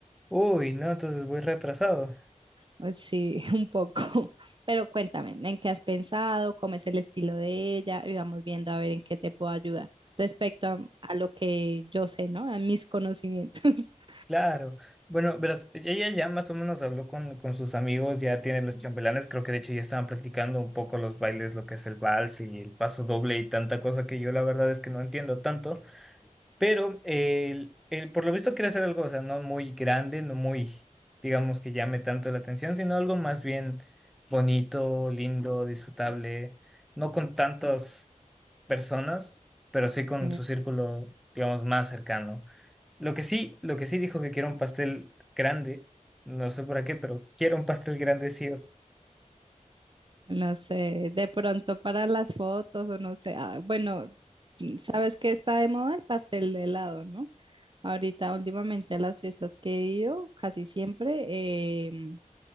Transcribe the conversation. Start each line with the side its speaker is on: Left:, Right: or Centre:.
Centre: Uy, no, entonces voy retrasado.
Right: Pues Sí, <laughs> un poco. Pero cuéntame, ¿en qué has pensado? ¿Cómo es el estilo de ella? Y vamos viendo a ver en qué te puedo ayudar respecto a, a lo que yo sé, ¿no? A mis conocimientos. <laughs>
Centre: Claro. Bueno, verás, ella ya más o menos habló con, con sus amigos, ya tiene los chambelanes, creo que de hecho ya estaban practicando un poco los bailes, lo que es el vals y el paso doble y tanta cosa que yo la verdad es que no entiendo tanto, pero eh, el- el- por lo visto quiere hacer algo, o sea, no muy grande, no muy, digamos, que llame tanto la atención, sino algo más bien bonito, lindo, disfrutable, no con tantas personas, pero sí
Right: Ok.
Centre: con su círculo, digamos, más cercano. Lo que sí, lo que sí dijo que quiero un pastel grande, no sé para qué, pero quiero un pastel grande sí o sí.
Right: No sé, de pronto para las fotos o no sé. ah, bueno, sabes que está de moda el pastel de helado, ¿no? Ahorita últimamente a las fiestas que he ido, casi siempre, em,